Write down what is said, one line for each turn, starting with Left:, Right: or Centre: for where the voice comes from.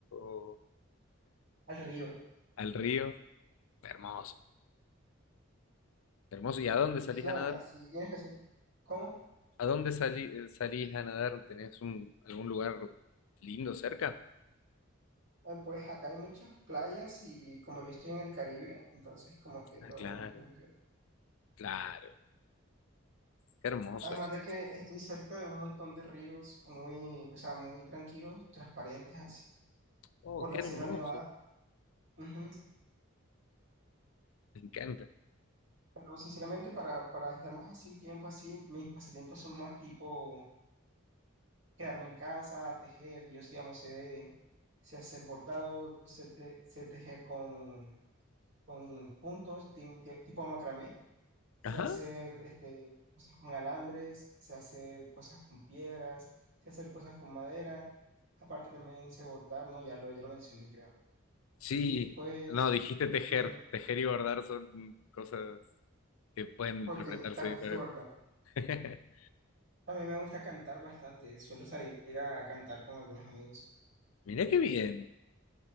Left: o
Right: al río.
Left: al río. Hermoso, hermoso. ¿Y a dónde salís
Right: La
Left: a nadar?
Right: verdad, sí. Y en especial, ¿cómo?
Left: ¿A dónde salí- eh, salís a nadar? ¿Tenés un, algún lugar lindo cerca?
Right: Eh, Pues acá hay muchas playas y como yo estoy en el Caribe, entonces como que
Left: Ah,
Right: todo
Left: claro,
Right: muy, muy peor.
Left: claro. Qué hermoso.
Right: Además
Left: dice.
Right: de que estoy cerca de un montón de ríos muy, o sea, muy tranquilos, transparentes así,
Left: Oh,
Right: por
Left: qué
Right: la
Left: hermoso.
Right: Sierra Nevada. Ujú,
Left: Me encanta.
Right: No, sinceramente, para, para estar más así, tiempo así, mis pasatiempos son más tipo quedarme en casa, tejer. Yo, digamos, sé, sé hacer bordado, sé, te- sé tejer con, con puntos, ti- ti- tipo macramé. Sé
Left: Ajá.
Right: hacer este, cosas con alambres, sé hacer cosas con piedras, sé hacer cosas con madera. Aparte también sé bordar, ¿no? Ya lo, ya lo mencioné, creo.
Left: Sí,
Right: Y pues,
Left: no, dijiste tejer.
Right: mm,
Left: Tejer y bordar son cosas que pueden
Right: ok,
Left: interpretarse
Right: también
Left: diferentes.
Right: sé bordar.
Left: <laughs>
Right: A mí me gusta cantar bastante, suelo salir a cantar con algunos amigos.
Left: Mirá qué bien.